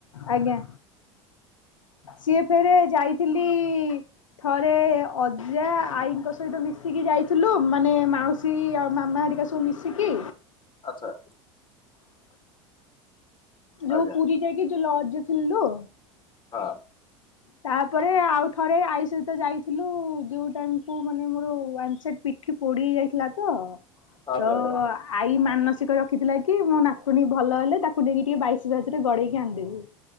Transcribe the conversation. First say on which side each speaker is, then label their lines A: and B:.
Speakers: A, on the left; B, on the left.
A: ଆଜ୍ଞା। ସିଏ ଫେରେ ଯାଇଥିଲି ଥରେ ଅଜା ଆଈଙ୍କ ସହିତ ମିଶିକି ଯାଇଥିଲୁ ମାନେ ମାଉସୀ ସି ଆଉ ମାମା ହେରିକା ସବୁ ମିଶିକି
B: ଆଚ୍ଛା।
A: ଯଉ
B: ଆଜ୍ଞା
A: ପୁରୀ ଯାଇକି ଯୋଉ ଲଜ୍ଜରେ ଥିଲୁ।
B: ହଁ <inaudible>
A: ତାପରେ ଆଉ ଥରେ ଆଇ ସହିତ ଯାଇଥିଲୁ ଯୋଉ ଟାଇମକୁୁ ମାନେ ମୋର ୱାନସାଇଟ ପି ସେ ପୋଡି ହେଇ ଯାଇଥିଲା ତ
B: ଆଚ୍ଛା
A: ତ
B: ଆଜ୍ଞା ଆଚ୍ଛା।
A: ଆଈ ମାନସିକ ରଖିଥିଲା କି ମୋ ନାତୁଣୀ ଭଲ ହେଲେ ତାକୁ ନେଇକି ଟିକେ ବାଇଶ ପାହାଚ ରେ ଗଡେଇକି ଆଣିଦେବି।